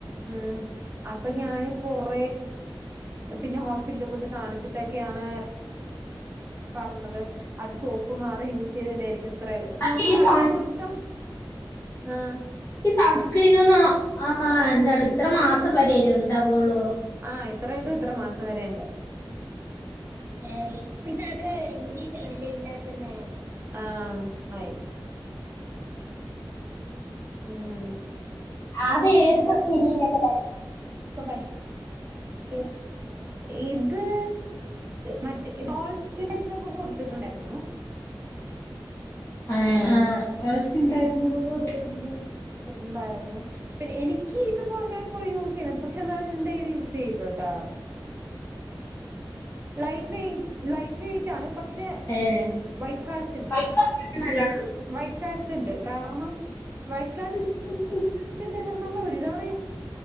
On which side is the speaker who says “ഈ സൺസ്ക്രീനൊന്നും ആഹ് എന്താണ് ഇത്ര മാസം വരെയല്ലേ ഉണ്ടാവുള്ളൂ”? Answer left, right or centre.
Left